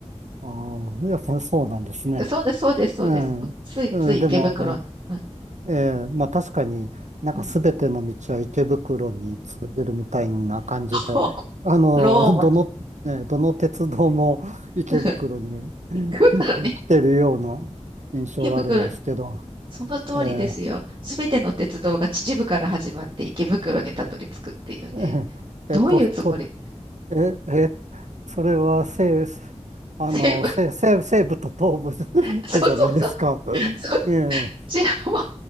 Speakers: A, on the right; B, on the right.
A: ああ、やっぱそうなんですね。
B: そうです、そうです、そうです。
A: ええ
B: ついつい池袋に。
A: うんでも、
B: うん
A: ええええまあ確かになんか全ての道は池袋に通じるみたいな感じで、
B: うん。ロ
A: あの、
B: ー、ローも、
A: どの、ねどの鉄道も池袋に
B: <laughs> 池袋に、
A: 来てるような印象があるんですけど、
B: 池袋に。その通りですよ。
A: えー
B: すべての鉄道が秩父から始まって池袋にたどり着くっていうね。
A: えーえっと、
B: どういうつもり
A: と、え、え、それは生、あの、
B: 成ブ
A: 生、生、西部と東部
B: <laughs>
A: <laughs> 系じゃないですか。
B: そうそうそう。そうど
A: ええ、
B: ちらも